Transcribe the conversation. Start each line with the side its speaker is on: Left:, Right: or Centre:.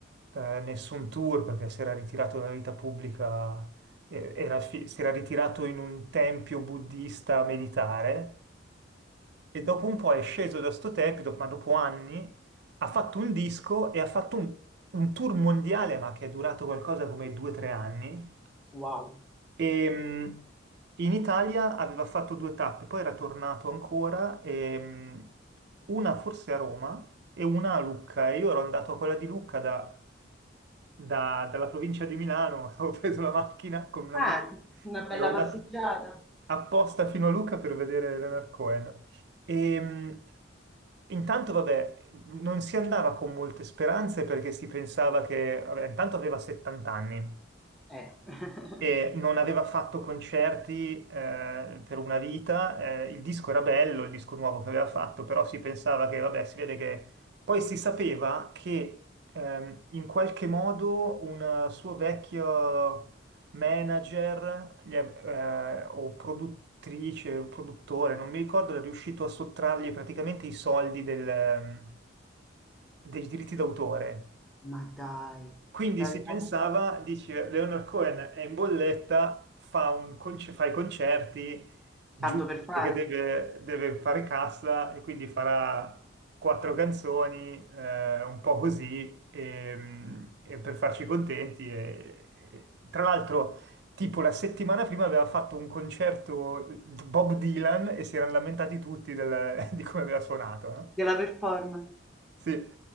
Right: eh, nessun tour perché si era ritirato dalla vita pubblica, eh, era fi- si era ritirato in un tempio buddista a meditare. E dopo un po' è sceso da sto tempio, do- ma dopo anni ha fatto un disco e ha fatto un, un tour mondiale, ma che è durato qualcosa come due o tre anni.
Centre: wow.
Right: E, mh, in Italia aveva fatto due tappe, poi era tornato ancora, e, mh, una forse a Roma e una a Lucca. E io ero andato a quella di Lucca da- da- dalla provincia di Milano, <laughs> avevo preso la macchina con un
Centre: Ah,
Right: amico,
Centre: una
Right: e
Centre: bella
Right: ero andato
Centre: passeggiata.
Right: apposta fino a Lucca per vedere Leonard Cohen. E, mh, intanto, vabbè, non si andava con molte speranze perché si pensava che, vabbè, intanto aveva 70 anni
Centre: Eh. <laughs>
Right: e non aveva fatto concerti eh, per una vita, eh, il disco era bello, il disco nuovo che aveva fatto, però si pensava che, vabbè, si vede che... Poi si sapeva che ehm, in qualche modo un suo vecchio manager gli av- eh, o produttrice, o produttore, non mi ricordo, era riuscito a sottrargli praticamente i soldi del, ehm, dei diritti d'autore.
Centre: Ma dai,
Right: Quindi
Centre: l'avevano
Right: si pensava, dici, Leonard Cohen è in bolletta, fa, un conce- fa i concerti, giusto
Centre: tanto per fare?
Right: perché deve, deve fare cassa e quindi farà quattro canzoni, eh, un po' così, ehm, e per farci contenti. e- e- tra l'altro, tipo la settimana prima aveva fatto un concerto Bob Dylan e si erano lamentati tutti del- <laughs> di come aveva suonato, no?
Centre: Della performance?
Right: Sì.